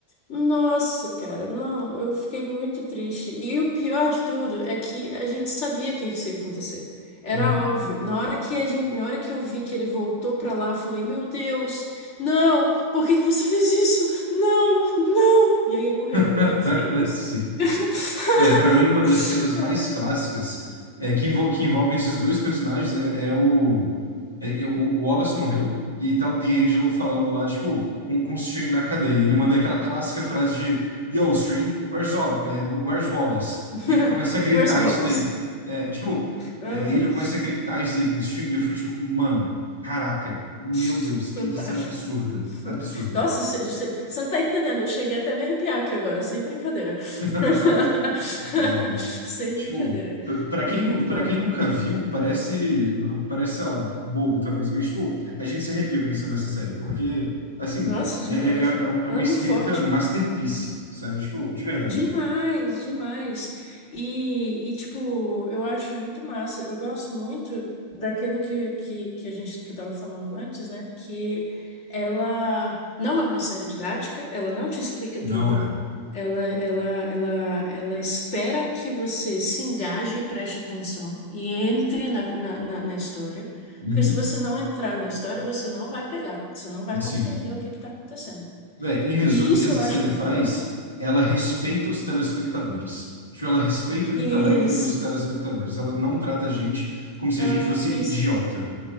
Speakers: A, on the left; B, on the left.
A: Nossa, cara, não, eu fiquei muito triste. E o pior de tudo é que a gente sabia que isso ia acontecer. Era
B: Uhum.
A: óbvio. Na hora que a gente, na hora que eu vi que ele voltou pra lá, eu falei: "Meu Deus, não! Por que que você fez isso? Não, não!" E aí ele morreu.
B: <laughs>
A: Aí eu fiquei, eu sei.
B: Sim.
A: <laughs>
B: Véi, pra mim, uma das cenas
A: Ai.
B: mais clássicas é que, envol que envolvem esses dois personagens é, é o, é- é o. o Wallace morreu e tá o D'Angelo falando lá, tipo, com, com o String na cadeia. Ele manda aquela clássica frase de Yo, String, where's, Wal- é, where's Wallace?
A: <laughs>
B: E ele começa a gritar
A: Where's Wallace?
B: isso daí. É, tipo,
A: Aham.
B: é, e ele começa a gritar isso daí com o String e eu fico tipo, mano, caraca, meu
A: <laughs>
B: Deus, que,
A: Fantástico.
B: que cena absurda. Absurda.
A: Nossa, você você- você não tá entendendo. Eu cheguei até a me arrepiar aqui agora, sem brincadeira.
B: <laughs>
A: <laughs>
B: É, velho.
A: Sem
B: Tipo,
A: brincadeira.
B: p- pra quem,
A: Muito
B: nu- pra
A: bom.
B: quem nunca viu, parece, parece, sei lá, bobo talvez, mas, tipo, a gente se arrepia pensando nessa série, porque, assim,
A: Nossa, demais.
B: é, é,
A: gente.
B: é é um, é
A: Ela
B: uma
A: é
B: escrita
A: muito forte.
B: masterpiece, sabe? Tipo, de verdade.
A: Demais, demais. E, e, tipo, eu acho muito massa. Eu gosto muito daquilo que, que, que a gente que estava falando antes, né? Que ela não é uma série didática, ela não te explica
B: Não
A: tudo.
B: é.
A: Ela, ela, ela, ela espera que você se engaje e preste atenção e entre na, na, na na história.
B: Uhum.
A: Porque se você não entrar na história, você não vai pegar, você não vai compreender
B: Sim.
A: o que que está acontecendo.
B: Véi, em resumo,
A: E isso
B: o que essa
A: eu
B: série
A: acho muito
B: faz,
A: legal.
B: ela respeita os telespectadores. Tipo, ela respeita o intelecto
A: isso
B: dos telespectadores. Ela não trata a gente como se
A: Ela
B: a gente fosse
A: não, isso.
B: idiota.